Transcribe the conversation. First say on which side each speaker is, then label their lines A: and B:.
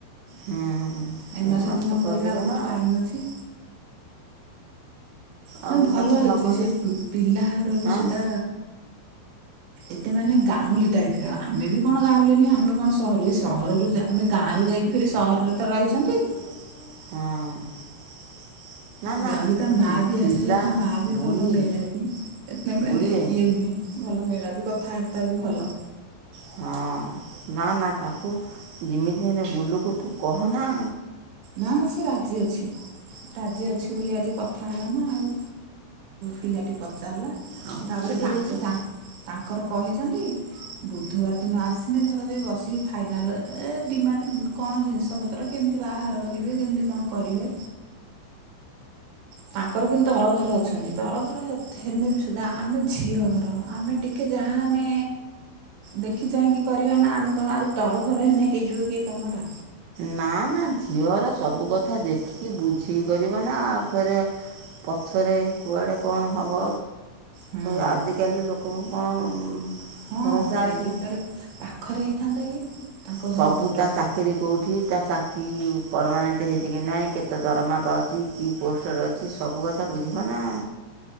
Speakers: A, on the right; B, on the right.
A: ହୁଁ।
B: ଏ
A: ଏଇ
B: ମାସ ଯଦି ନ
A: କରିଦେବେ
B: କରିବେ ଆଉ କୋଉଠି
A: ନା
B: ଟାଇମ ଅଛି? ନା
A: ଆଉ
B: ଭଲ
A: ଏଇ ମାସ
B: ହେଇଚି
A: ନ କଲେ
B: ସେଇ ପିଲା ଘର ବି
A: ଆଁ
B: ସୁଧା ଏତେ ମାନେ ଗାଉଁଲି ଟାଇପର ଆମେ ବି କଣ ଗାଉଁଲି ନୁହେଁ ଆମେ କଣ ସହରରୁ ଏଇ ସହରରୁ ଯା ଆମେ ଗାଁରୁ ଯାଇକି ଫେରି ସହରରେ ତ ରହିଛନ୍ତି!
A: ହଁ। ନା
B: ଗାଁଉଲି
A: ନା
B: ତା ମା ବି ଆସିଥିଲା
A: ପିଲା
B: ତା ମା ବି
A: ବୁଢ଼ୀ
B: ଭଲ ମେଳାପି ଏତେ ମାନେ
A: ବୁଢ଼ୀରେ
B: ଇଏ ନୁହେଁ। ଭଲ ମେଳାପି କଥାବାର୍ତ୍ତା ବି ଭଲ।
A: ହଁ ନା ନା ତାକୁ ଯିମିତି ହେନେ ଗୁଲୁକୁ ତୁ କହନା
B: ନା ନା ସେ ରାଜି ଅଛି। ରାଜି ଅଛି ବୋଲି ଆଜି କଥା ହେଲା ନା ଆଉ ପିଲାଟି ପଚାରିଲା।
A: ଆଉ
B: ତାପରେ
A: ଟିକେ
B: ତାଙ୍କ
A: ଦେଇଯା
B: ସେ ତା ତାଙ୍କର କହିଛନ୍ତି ବୁଧବାର ଦିନ ଆସିଲେ ଧର ଯେ ବସିକି ଭା ଫାଇନାଲ ଡିମାଣ୍ଡ କଣ ଜିନିଷ ପତ୍ର କେମତି ବାହାଘର କରିବେ କେମତି କଣ କରିବେ? ତାଙ୍କର କିନ୍ତୁ ତର ଭର ଅଛନ୍ତି ତର ଭର ହେନେ ବି ସୁଦ୍ଧା ଆମେ ଝିଅ ଘର ଆମେ ଟିକେ ଜାହାନେ ଦେଖି ଚାହିଁକି କରିବାନା ଆମେ କଣ ଆଉ ତରଭର ହେନେ ହେଇଯିବ କି କାମଟା?
A: ନା ନା ଝିଅର ସବୁ କଥା ଦେଖିକି ବୁଝିକି କରିବ ନା ଫେରେ ପଛରେ କୁଆଡେ କଣ ହବ?
B: ହୁଁ
A: ଆଜିକାଲି ଲୋକଙ୍କୁ କଣ
B: ହଁ
A: ଭରସା
B: ସେଇଥିପାରେ
A: ଅଛି
B: ପାଖରେ ହେଇଥାନ୍ତା କି? ତାଙ୍କ
A: ସବୁତା
B: ଘର ଦୂରରେ
A: ଚାକିରି କୋଉଠି ତା ଚା କି ପରମାନେଣ୍ଟ ହେଇଛି କି ନାହିଁ କେତେ ଦରମା ପାଉଛି କି ପୋଷ୍ଟର ଅଛି ସବୁ କଥା ବୁଝିବ ନା?